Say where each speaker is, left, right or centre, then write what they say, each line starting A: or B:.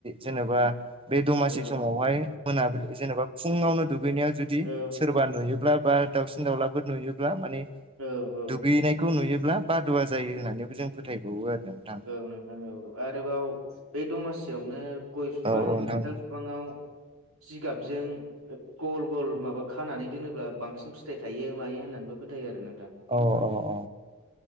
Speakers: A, on the right; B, on the right.
A: जेनेबा बे दमासि
B: औ
A: समावहाय मोनाबिलि जेनेबा फुङावनो दुगैनायाव जुदि
B: औ
A: सोरबा नुयोब्ला बा दाउसिन दाउलाफोर नुयोब्ला माने
B: औ औ।
A: दगैनायखौ नुयोब्ला बादुवा जायो होननानैबो जों फोथायबावो आरो नोंथां।
B: औ नोंथाङ आरोबाव बे दमासियावनो गय बिफां
A: औ औ नोंथां
B: खान्थाल बिफां आव जिगाबजों गल गल माबा खानानै दोनोब्ला बांसिन फिथायाइ थायो मायो होननानैबो फोथायो आरो नोंथां।
A: औ औ औ